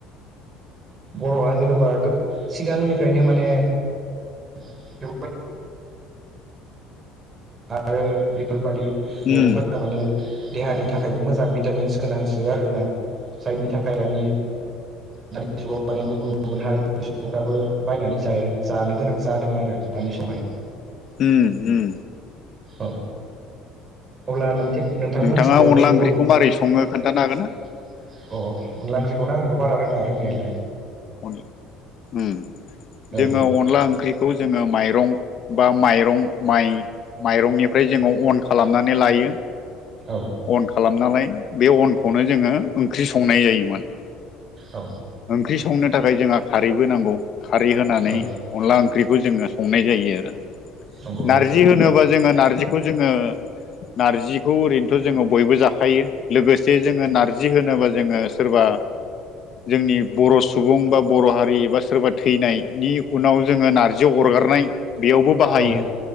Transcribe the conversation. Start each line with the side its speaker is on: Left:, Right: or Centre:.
Right: बर'आ जेन'बा गोद सिगांनिफ्रायनो माने <unintelligible> आरो बेफोरबादि मैगंफोरा
Left: उम
Right: माने देहानि थाखायबो मोजां भिटामिन्स गोनांसो आरोना। जायनि थाखाय दानि दानि जुगाव माने गुबुन गुबुन हारिफोरनि सुबुंफ्राबो बायनानै ज जाय जानो गोनां जादों आरो दानि समावहाय।
Left: उम उम।
Right: औ अब्ला नोंथे नोंथांमोनथिंजाय
Left: नोंथाङा अनला
Right: बे
Left: ओंख्रिखौ
Right: बर'नि
Left: मारै सङो खोन्थानो हागोन
Right: <inaudible>
Left: ना?
Right: अ। अनला ओंख्रिखौनो आंथ' बारा रोङा रोंनायालाय।
Left: अनला उम
Right: औ
Left: जोङो अनला ओंख्रि खौ जोङो माइरं बा माइरं माइ माइरंनिफ्राय जोङो अन खालामनानै लाय यो।
Right: औ
Left: अन खालामनालाय बे अनखौनो जोङो ओंख्रि संनाय जायो माने।
Right: औ
Left: ओंख्रि संनो थाखाय जोंहा खारैबो नांगौ। खारै होनानै
Right: औ
Left: अनला ओंख्रि खौ जोङो संनाय जायो आरो।
Right: नंगौ
Left: नार्जि
Right: औ
Left: होनोबा जोङो नारजिखौ जोङो नारजिखौ ओरै थ' जोङो बयबो जाखायो लोगोसे जोङो नारजि होनोबा जोङो सोरबा जोंनि बर' सु सुबुं बा बर' हारि बा सोरबा थैनायनि उनाव जोङो नारजि अरगारनाय बेयावबो बाहायो।
Right: औ